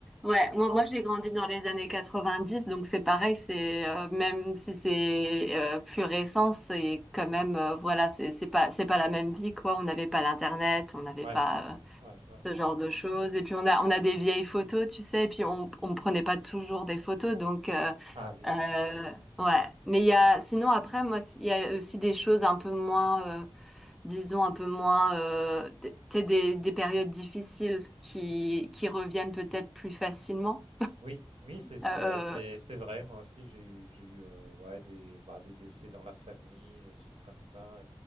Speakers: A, in the centre; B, on the right (about 80°).
A: ouais, moi, moi j'ai grandi dans les années 90, donc c'est pareil, c'est euh, même si c'est euh, plus récent, c'est quand même euh, voilà, c'est c'est pas c'est pas la même vie quoi. On n'avait pas l'internet, on n'avait
B: Ouais,
A: pas
B: ouais, ouais,
A: euh,
B: ouais.
A: ce genre de choses, et puis on a on a des vieilles photos, tu sais, et puis on on prenait pas toujours des photos, donc euh,
B: Ah oui.
A: euh,
B: Mmh.
A: ouais. Mais il y a sinon après moi il y a aussi des choses un peu moins euh, disons, un peu moins, euh, t- tu des, des périodes difficiles qui, qui reviennent peut-être plus facilement.
B: Oui, oui, c'est c'est
A: Euh,
B: c'est c'est vrai, moi aussi j'ai eu j'ai eu, heu, ouais, des, bah, des décès dans la famille, des choses comme ça